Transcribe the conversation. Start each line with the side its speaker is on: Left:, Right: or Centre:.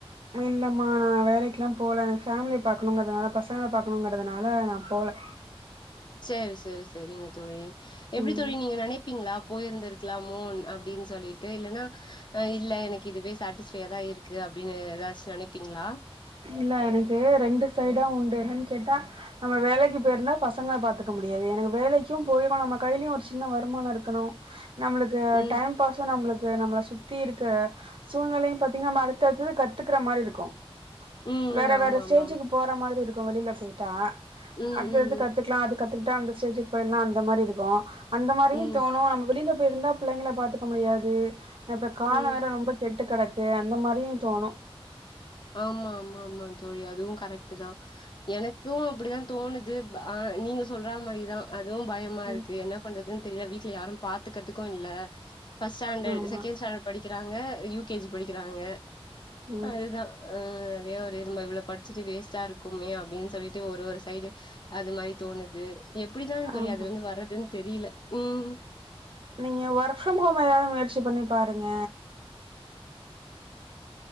Right: மே இல்லம்மா நா வேலைக்கல்லா போல நா ஃபேமிலிய பாக்கணுங்கிறதுனால பசங்கள பாக்கணுங்கிறதுனால நா போல
Left: சேர் சரி சரிங்க தோழி எப்டி
Right: ம்
Left: தோழி நீங்க நெனைப்பீங்களா போயிருந்திரு க்கலாமோன் அப்டின் சொல்லிட்டு இல்லன்னா அ இல்ல எனக்கு இதுவே சட்டிஸ்ஃபையா தா இருக்கு அப்டின்னு ஏதாச்சு நனைப்பீங்ளா
Right: இல்ல எனக்கு ரெண்டு சைடா உண்டு என்னன் கேட்டா நம்ம வேலைக்கி பேய்ருந்தா பசங்கள பாத்துக்க முடியாது எனக்கு வேலைக்கு போயிரு நம்ம கைலயு ஒரு சின்ன வருமானோ இருக்கணு நம்ளுக்கு
Left: ம்
Right: டைம் பாஷு நம்ளுக்கு நம்மள சுத்தி இருக்கு சூழ்நெலையும் பாத்தீங்க்னா நம்ம அடுத்தத்து கத்துக்குற மாரி இருக்கும்
Left: ம்
Right: வேற
Left: ஆமா
Right: வேற ஸ்டேஜுக்கு
Left: ஆமா
Right: போற மாரி இருக்கு வெளில போய்ட்டா
Left: ம்
Right: அடுத்தடுத்து
Left: ம்
Right: கத் துக்லா அது கத்துக்குட்டா அந்த ஸ்டேஜ்க்கு போயிட்லா அந்த மாரி இருக்கு அந்த மாரியு
Left: ம்
Right: தோணு நம்ம வெளில போயிருந்தா பிள்ளைங்கள பாத்துக்க முடியாது அ இப்ப காலோ
Left: ம்
Right: வேற ரொம்ப கெட்டு கெடக்கு அந்த மாரியு தோணு
Left: ஆமா ஆமா ஆமா தோழி அதுவு கரெக்டு தா எனக்கு அப்டிதா தோணுது ப ஆ நீங்க சொல்றா மாரிதா அதுவு பயமாருக்கு
Right: ம்
Left: என்ன பண்றதுன் தெரில வீட்ல யாரு பாத்துக்குறத்துக்கு இல்ல பர்ஸ்ட் ஸ்டண்டர்ட்
Right: ஆமா
Left: செகண்ட் ஸ்டாண்டர்ட் படிக்கிறாங்க யூ கே ஜி படிக்கிறாங்க
Right: ம்
Left: அதுதா அ அதே ஒரு இதுமா இவ்ளோ படிச்சுட்டு வேஸ்ட்டா இருக்குமே அப்டின் சொல்லிட்டு ஒரு ஒரு சைடு அது மாரி தோணுது எப்டிதா தோழி
Right: ஆமா
Left: அதுல இருந்து வர்றதுன் தெரில ம்
Right: நீங்க ஒர்க் ஃப்ரம் ஹோம் ஏதாது முயற்சி பண்ணி பாருங்க